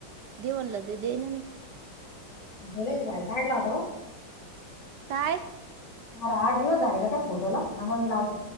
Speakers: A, on the right; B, on the left.
A: देम्हणलं तर दे ना नाही.
B: ह्यो लईच भारी काढला होता ओ.
A: काय?
B: अरे आठ दिवस झाले का, त्या फोटोला थांबा मग मी लावते.